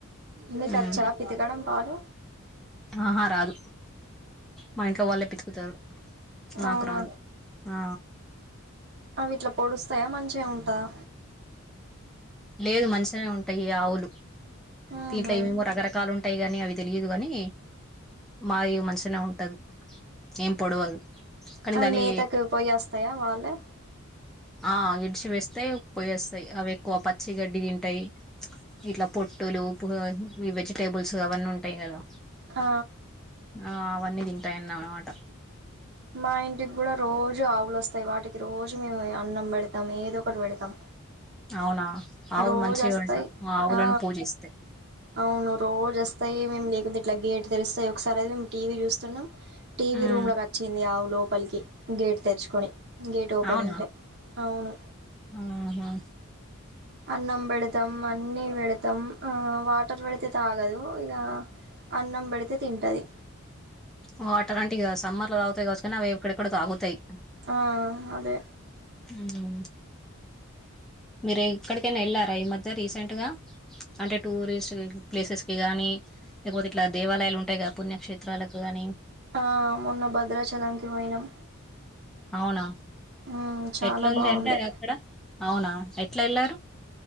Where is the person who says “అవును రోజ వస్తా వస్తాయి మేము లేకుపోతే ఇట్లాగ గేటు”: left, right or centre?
Right